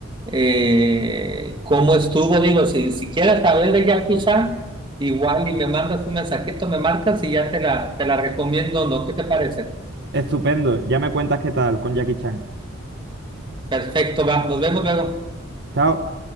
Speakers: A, on the right; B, on the right.
A: eh, cómo estuvo, digo, si, si quieres saber de Jackie Chan, igual y me mandas un mensajito, me marcas y ya te la, te la recomiendo, ¿no? ¿Qué te parece?
B: Estupendo. Ya me cuentas qué tal con Jackie Chan.
A: Perfecto, va, nos vemos luego.
B: Chao.